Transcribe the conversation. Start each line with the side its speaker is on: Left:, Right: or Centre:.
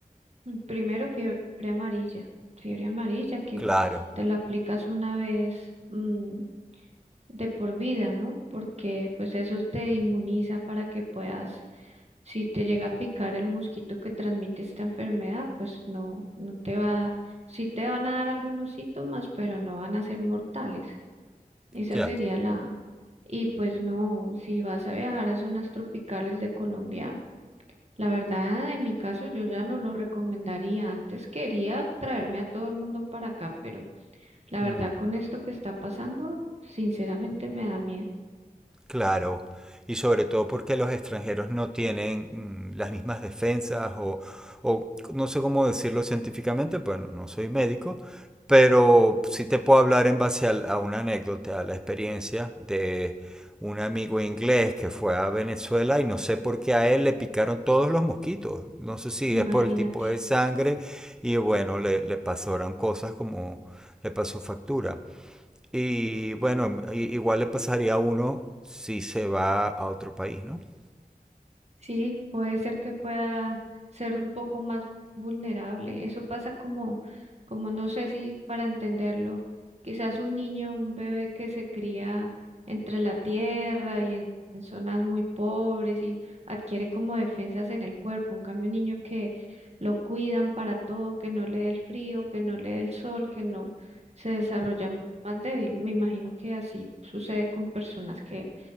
Right: Mm, Primero, fiebre amarilla. Fiebre amarilla que
Centre: Claro,
Right: te la aplicas una vez, mm, de por vida, ¿no? Porque pues eso te inmuniza para que puedas Si te llega a picar el mosquito que transmite esta enfermedad, pues no, no te va, sí te van a dar algunos síntomas, pero no van a ser mortales. Esa
Centre: ya.
Right: sería la... Y pues no, si vas a viajar a zonas tropicales de Colombia, la verdad, en mi caso yo ya no lo recomendaría. Antes quería traerme a todo el mundo para acá, pero la verdad
Centre: Mm.
Right: con esto que está pasando, sinceramente me da miedo.
Centre: Claro, y sobre todo porque los extranjeros no tienen mm, las mismas defensas o, o no sé cómo decirlo científicamente, pues no no soy médico, pero sí te puedo hablar en base al- a, una anécdota, a la experiencia de un amigo inglés que fue a Venezuela y no sé por qué a él le picaron todos los mosquitos, no sé si
Right: Imagínate.
Centre: es por el tipo de sangre y bueno, le, le pasaron cosas como le pasó factura. Y bueno, i- igual le pasaría a uno si se va a otro país, ¿no? <laughs>
Right: Sí, puede ser que pueda ser un poco más vulnerable. Eso pasa como, como no sé si para entenderlo, quizás un niño, un bebé que se cría entre la tierra y en, en zonas muy pobres y adquiere como defensas en el cuerpo. En cambio, un niño que lo cuidan para todo, que no le dé el frío, que no le dé el sol, que no se desarrolla más débil. Me imagino que así sucede con personas que